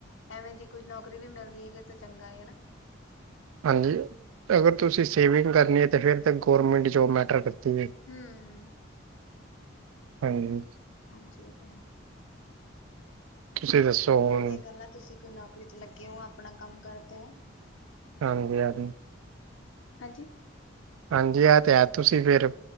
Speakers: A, on the left (about 75°); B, on the right (about 85°).
A: ਐਵੇ ਦੀ ਕੁਝ ਨੌਕਰੀ ਵੀ ਮਿਲਦੀ ਹੈਗੀ ਤਾਂ ਚੰਗਾ ਏ ਹਨਾ।
B: ਹਾਂਜੀ, ਅਗਰ ਤੁਸੀਂ ਸੇਵਿੰਗ ਕਰਨੀ ਹੈ। ਤਾਂ ਫਿਰ ਤਾਂ ਗੌਰਮੈਂਟ ਜੋਬ ਮੈਟਰ ਕਰਦੀ ਹੈ।
A: ਹੂੰ -
B: ਹਾਂਜੀ।
A: ਹਾਂਜੀ, ਇਹ ਤਾਂ ਹੈ।
B: ਤੁਸੀਂ ਦੱਸੋ
A: ਚਲੋ
B: ਹੁਣ
A: ਵਧੀਆ ਗਲ ਆ। ਤੁਸੀਂ ਕੋਈ ਨੌਕਰੀ ਤੇ ਲਗੇ ਹੋ, ਆਪਣਾ ਕੰਮ ਕਰਦੇ ਹੋ।
B: ਹਾਂਜੀ। ਹਾਂ,
A: ਹਾਂਜੀ।
B: ਹਾਂਜੀ, ਆਹ ਤੇ ਹੈ। ਤੁਸੀ ਫੇਰ